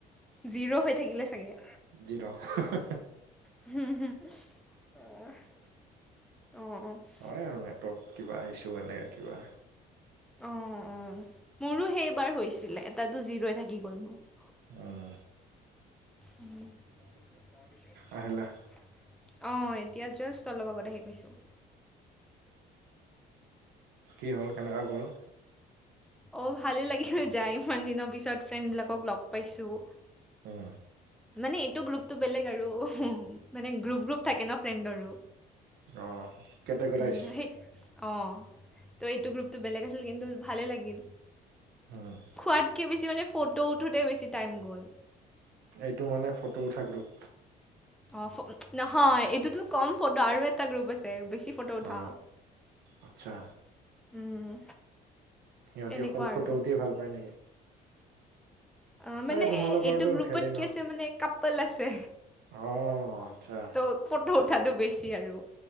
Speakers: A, in the centre; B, on the right.
A: জিৰ' হৈ থাকিলে চাগে।
B: জি ৰ' হ হ হ।
A: হ হ হ অঁ।
B: হয় আৰু নেটৱৰ্ক কিবা ইছ্যু এনেকৈ কিবা-।
A: অ' অ' মোৰো সেইবাৰ হৈছিলে, এটাতো জি'ৰো থাকি গ'ল মোৰ-।
B: অ'।
A: তাৰপিছত।
B: আহিলা
A: অ' এতিয়া জাষ্ট অলপ আগত আহি পাইছোঁ।
B: কি হ'ল কেনেকুৱা গ'ল।
A: অঁ ভালেই লাগিল যায় ইমান দিনৰ পিছত ফ্ৰেণ্ডবিলাকক লগ পাইছোঁ।
B: হম।
A: মানে এইটো গ্ৰুপতটো বেলেগ আৰু মানে গ্ৰুপ গ্ৰুপ থাকে ন ফ্ৰেণ্ডৰো।
B: অ কেটেগৰাইজ
A: উম হে অ ত এইটো গ্ৰুপটো বেলেগ আছিল কিন্তু ভালেই লাগিল।
B: হম।
A: খোৱাতকৈ বেছি মানে ফটো উঠোতে বেছি টাইম গ'ল।
B: এইটো মানে ফটো উঠা গ্ৰুপ,
A: অ নহয় এইটোতো কম ফটো আৰু এটা গ্ৰুপ আছে বেছি ফটো উঠা।
B: অ আচ্ছা
A: উম
B: সিহঁতি
A: তেনেকুৱা
B: অকল ফটো
A: আৰু
B: উঠিয়ে ভাল পায় নেকি।
A: অ মানে
B: তোমালোকৰটো
A: এইটো গ্ৰুপত
B: হেৰি ন
A: কি আছে মানে কাপোল আছে।
B: অ আচ্ছা।
A: ত ফটো উঠাটো বেছি আৰু